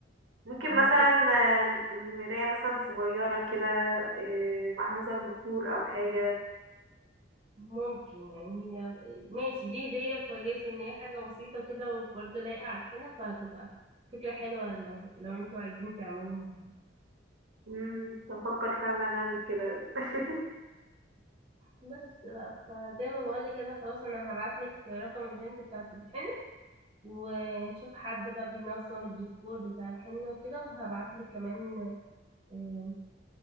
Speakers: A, on the right; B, on the right.
A: ممكن
B: فاهمه
A: مثلا آم، مراية مثلا صغيرة كده آم، معاها مثلا بخور أو حاجة
B: ممكن يعني هي ماشي دي هديه كويسه ان هي حاجه بسيطه وكده وبرضه لايقه على الحنه فهتبقى فكره حلوه لو لو انتوا عايزين تعملوها يعني.
A: مم، بفكر فعلا إن أنا أعمل كده <laughs>
B: بس بقى فزي ما بقول لك كده خلاص انا هبعت لك رقم البنت بتاعت الحنه ونشوف حد بقى بينظم الديكور بتاع الحنة وكده وهبعتلك كمان آم،